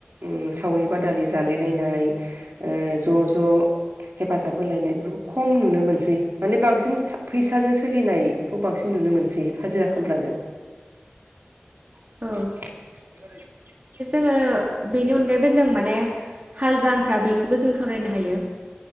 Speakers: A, on the right; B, on the right.
A: उम सावरि बादालि जानाय <unintelligible> नाय ओ ज' ज' हेफाजाब होलायनाय बेफोरखौ खम नुनो मोनसै माने बांसिन फैसाजों सोलिनायखौ बांसिन नुनो मोनसै हाजिरा खामलाजों <unintelligible>
B: औ <unintelligible> बेनि अनगायैबो जों माने हालजां ख्रा बेखौबो जों सावरायनो हायो।